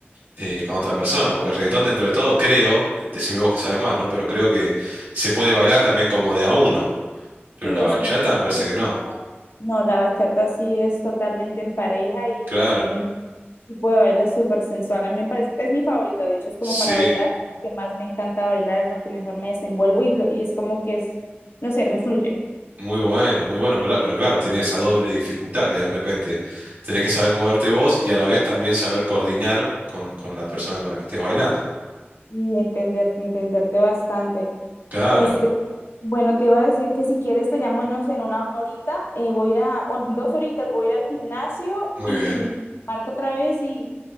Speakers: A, on the right; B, on the left.
A: eh, con otra persona, porque el reggaetón dentro de todo, creo, decime vos que sabes más, ¿no? Pero creo que se puede bailar también como de a uno, pero
B: Sí,
A: la
B: es
A: bachata
B: puede
A: me parece
B: ser mi
A: que no.
B: idea. No, la bachata sí es totalmente en pareja
A: Claro,
B: y es un tipo de baile es súper sensual. A mí me parece, es mi favorito, de hecho, es como
A: sí.
B: para bailar, que más me encanta bailar, en lo que mejor me desenvuelvo y, lo- y es como que es, no sé, me fluye
A: Muy bueno, muy bueno, pero claro, pero claro, tiene esa doble dificultad que de repente tenés que saber moverte vos y a la vez también saber coordinar con, con la persona con la que estés bailando.
B: y entender, entenderte bastante.
A: Claro,
B: Este, bueno, te iba a decir que si quieres te llamo, no sé, en una horita, eh, voy a ir a, o en dos horitas, voy a ir al gimnasio
A: muy
B: y,
A: bien.
B: y marco otra vez y,